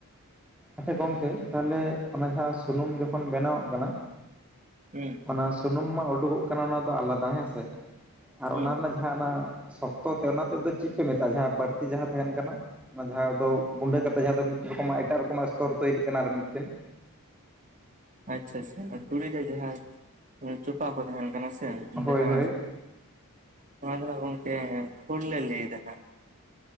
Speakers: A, in the centre; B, on the right.
A: ᱟᱪᱪᱷᱟ ᱜᱚᱝᱠᱮ ᱛᱟᱦᱚᱞᱮ ᱚᱱᱟ ᱡᱟᱦᱟᱸ ᱥᱩᱱᱩᱢ ᱡᱚᱠᱷᱚᱱ ᱵᱮᱱᱟᱣᱚᱜ ᱠᱟᱱᱟ
B: ᱦᱩᱸ ᱾
A: ᱚᱱᱟ ᱥᱩᱱᱩᱢ ᱢᱟ ᱩᱰᱩᱠᱚᱜ ᱠᱟᱱᱟ ᱚᱱᱟ ᱫᱚ ᱟᱞᱟᱫᱟ ᱦᱮᱸᱥᱮ ᱟᱨ
B: ᱦᱩᱸ
A: ᱚᱱᱟ ᱨᱮᱱᱟᱜ ᱡᱟᱦᱟᱸ ᱚᱱᱟ ᱥᱚᱠᱛᱚ ᱛᱮ ᱚᱱᱟ ᱛᱮᱫ ᱫᱚ ᱪᱮᱫ ᱯᱮ ᱢᱮᱛᱟᱜ-ᱟ ᱡᱟᱦᱟᱸ ᱵᱟᱹᱲᱛᱤ ᱡᱟᱦᱟᱸ ᱛᱟᱦᱮᱱ ᱠᱟᱱᱟ? ᱚᱱᱟ ᱡᱟᱦᱟᱸ ᱫᱚ ᱜᱩᱸᱰᱟᱹ ᱠᱟᱛᱮ ᱡᱟᱦᱟᱸ ᱫᱚ ᱢᱤᱫ ᱨᱚᱠᱚᱢᱟᱜ ᱮᱴᱟᱜ ᱨᱚᱠᱚᱢᱟᱜ ᱮᱥᱛᱚᱨ ᱛᱳᱭᱨᱤᱜ ᱠᱟᱱᱟ ᱟᱨ ᱢᱤᱫᱴᱮᱱ?
B: ᱟᱪᱪᱷᱟ ᱟᱪᱪᱷᱟ ᱚᱱᱟ ᱛᱩᱲᱤᱨᱮ ᱡᱟᱦᱟᱸ ᱪᱚᱯᱟ ᱠᱚ ᱛᱟᱦᱮᱱ ᱠᱟᱱᱟ ᱥᱮ ᱡᱟᱦᱟᱸ
A: ᱦᱳᱭ ᱦᱳᱭ
B: ᱱᱚᱣᱟ ᱫᱚ ᱦᱟᱸᱜ ᱜᱚᱢᱠᱮ ᱠᱷᱩᱞ ᱞᱮ ᱞᱟᱹᱭ ᱮᱫᱟ ᱦᱟᱸᱜ ᱾